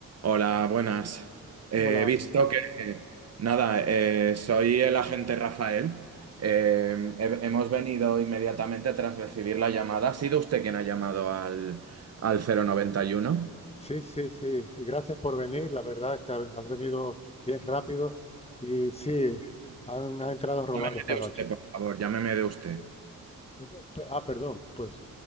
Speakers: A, on the right; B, on the left.
A: Hola, buenas. Eh,
B: Hola,
A: He visto que, nada, eh, soy el agente Rafael. Eh, he- hemos venido inmediatamente tras recibir la llamada. ¿Ha sido usted quien ha llamado al, al 091?
B: sí, sí, sí, y gracias por venir, la verdad que ha- has venido bien rápido y sí, han, han entrado a robar
A: Llámeme
B: esta
A: de
B: noche.
A: usted, por favor, llámeme de usted.
B: Eh, pe- Ah, perdón, pues